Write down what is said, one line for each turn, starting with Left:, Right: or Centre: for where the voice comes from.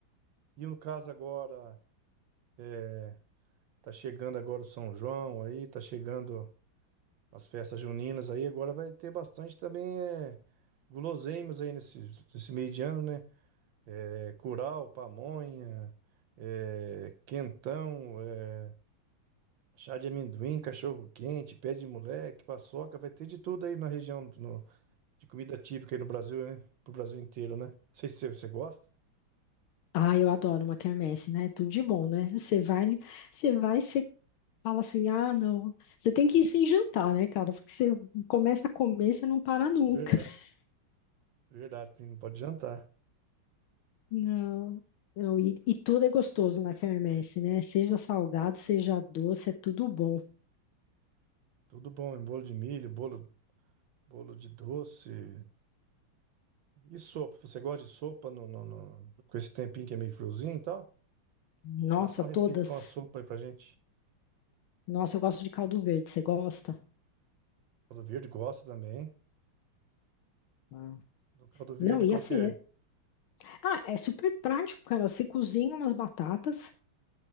Right: e no caso agora, é, tá chegando agora o São João aí, tá chegando. As festas juninas aí agora vai ter bastante também é, guloseimas aí nesse, nesse meio de ano, né? É, curau, pamonha, é, quentão, é, chá de amendoim, cachorro quente, pé de moleque, paçoca, vai ter de tudo aí na região no- de comida típica aí no Brasil, né? Pro Brasil inteiro, né? Não sei se você gosta.
Left: Ah, eu adoro uma quermesse, né? É Tudo de bom, né? Você vai, você vai, você fala assim: ah, não, você tem que ir sem jantar, né, cara? Porque você começa a comer, você não para nunca.
Right: Verdade.
Left: <laughs>
Right: Verdade, tem- não pode jantar.
Left: Não, não, e, e tudo é gostoso na quermesse, né? Seja salgado, seja doce, é tudo bom.
Right: Tudo bom, hein? Bolo de milho, bolo, bolo de doce. E sopa? Você gosta de sopa no, no, no- com esse tempinho que é meio friozinho e tal?
Left: Nossa,
Right: Passa uma
Left: todas.
Right: receita, uma sopa aí pra gente.
Left: Nossa, eu gosto de caldo verde, você gosta?
Right: Caldo verde gosta também.
Left: Ah.
Right: Do caldo verde
Left: Não, e
Right: qualquer.
Left: assim, é, ah, é super prático, cara. Você cozinha umas batatas